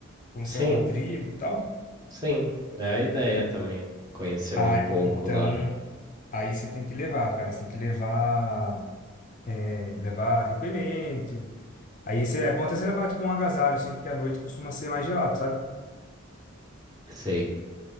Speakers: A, on the left; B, on the right.
A: Conhecer
B: Sim,
A: alguma tribo e tal?
B: sim. É a ideia também. Conhecer
A: Ah,
B: um pouco
A: então,
B: lá.
A: aí você tem que levar, cara. Você tem que levar, é, levar repelente. Aí você, é bom até você levar tipo um agasalho, assim, porque à noite costuma ser mais gelado, sabe?
B: Sei,